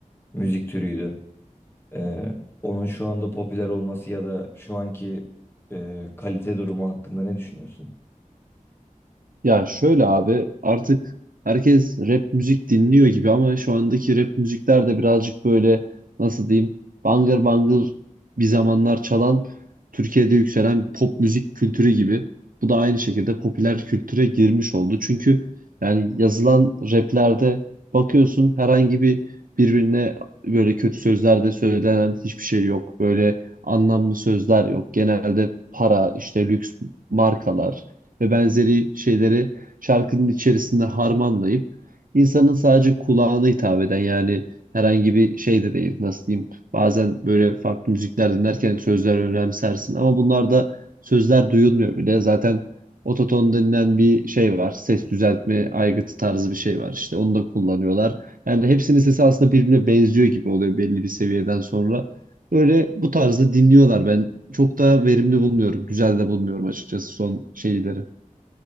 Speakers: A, on the left; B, on the right.
A: müzik türüydü. E, onun şu anda popüler olması ya da şu anki e, kalite durumu hakkında ne düşünüyorsun?
B: Ya şöyle abi artık herkes rap müzik dinliyor gibi ama şu andaki rap müzikler de birazcık böyle nasıl diyeyim bangır bangır bir zamanlar çalan Türkiye'de yükselen pop müzik kültürü gibi. Bu da aynı şekilde popüler kültüre girmiş oldu. Çünkü yani yazılan raplerde bakıyorsun herhangi bir birbirine böyle kötü sözler de söylenen hiçbir şey yok. Böyle anlamlı sözler yok. Genelde para işte lüks markalar ve benzeri şeyleri şarkının içerisinde harmanlayıp insanın sadece kulağına hitap eden yani herhangi bir şey de değil nasıl diyeyim bazen böyle farklı müzikler dinlerken sözler önemsersin ama bunlarda sözler duyulmuyor bile zaten ototon denilen bir şey var ses düzeltme aygıtı tarzı bir şey var işte onu da kullanıyorlar yani hepsinin sesi aslında birbirine benziyor gibi oluyor belli bir seviyeden sonra öyle bu tarzda dinliyorlar ben çok da verimli bulmuyorum güzel de bulmuyorum açıkçası son şeyleri